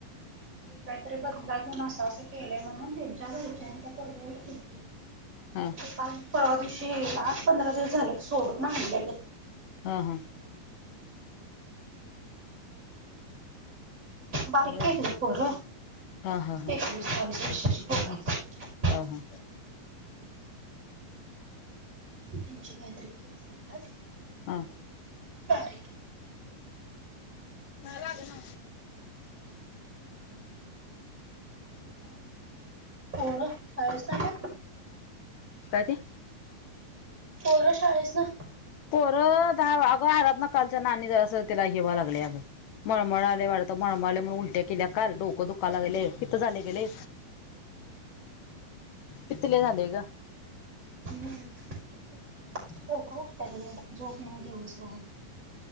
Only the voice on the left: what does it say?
हा
हा, हा.
होय
हा हा हा
हा, हा...
हा.
ना लाग ना
काय ते.
पोरं दहा अगं आरत ना कालच्या नानी जरासं तिला हे व्हा लागले अगं. मळमळळाले वाटत मळमळले म्हणून उलट्या केल्या काल डोकं दुखला लागेले पित्त झाले तेले. पित्त लय झालंय ग.